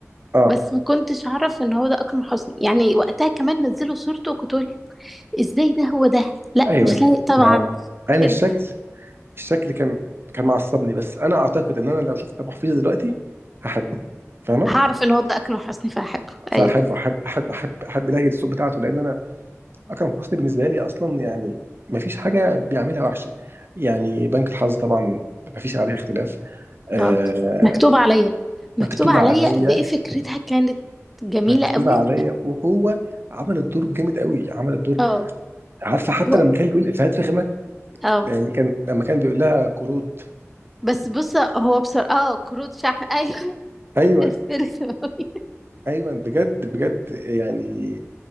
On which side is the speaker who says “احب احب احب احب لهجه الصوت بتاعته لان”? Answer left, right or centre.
Right